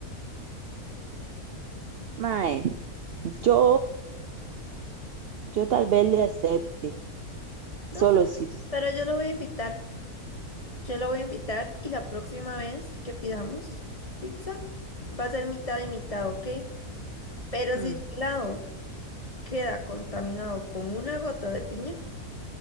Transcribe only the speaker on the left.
No, pero,
pero yo lo voy a invitar. Yo lo voy a invitar y la próxima vez que pidamos pizza va a ser mitad y mitad, ¿ok? Pero
si su helado queda contaminado con una gota de piña,